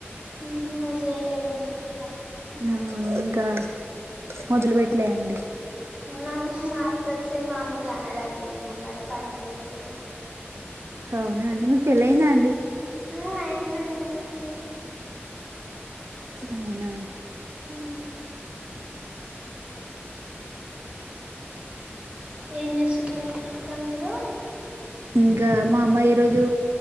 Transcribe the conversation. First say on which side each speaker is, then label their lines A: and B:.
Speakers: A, on the right; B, on the right.
A: ఉహు మీరు చేయలేదండి ఇంకా
B: ఆ ఇంకా మొదలు పెట్టలే అండి
A: మ మాత్త వచ్చి మామూలుగా అనదండి ఇంగ మరి పని చేయకపోతే
B: అవునా అండి మీకు పెళ్లయిందా అండి
A: ఆ అయిందండి
B: అవునా
A: ఉమ్ ఏం చేస్తున్నారండి ఇంకా మీరు
B: ఇంకా మా అమ్మ ఈ రోజు